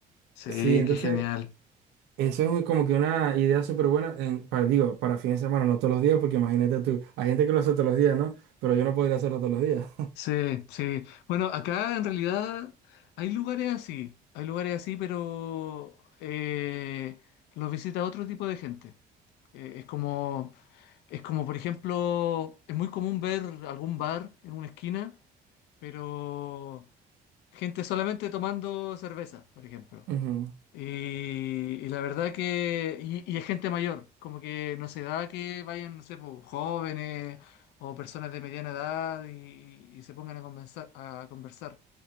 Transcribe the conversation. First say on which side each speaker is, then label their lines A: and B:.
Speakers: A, on the left; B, on the right.
A: Sí,
B: Sí, entonces
A: qué genial.
B: eso es muy- como que una idea súper buena, en- para, digo, para fines de semana, no todos los días, porque imagínate tú, hay gente que lo hace todos los días, ¿no? Pero yo no podría hacerlo todos los días.
A: Sí, sí. Bueno, acá en realidad hay lugares así, hay lugares así, pero eh, los visita otro tipo de gente. Eh, es como, es como, por ejemplo, es muy común ver algún bar en una esquina, pero gente solamente tomando cerveza, por ejemplo.
B: Ujú,
A: Y, y la verdad que, y, y es gente mayor, como que no se da que vayan, no sé, po, jóvenes o personas de mediana edad y, y se pongan a conversar, a conversar.